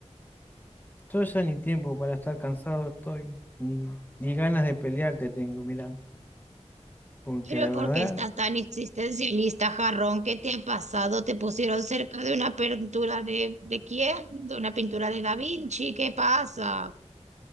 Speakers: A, on the left; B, on the right.
A: Yo ya ni tiempo para estar cansado estoy, ni, ni ganas de pelearte tengo, mirá, porque
B: Pero
A: la verdad,
B: ¿por qué estás tan existencialista, jarrón? ¿Qué te ha pasado? ¿Te pusieron cerca de una pintura de, de quién? ¿De una pintura de Da Vinci? ¿Qué pasa?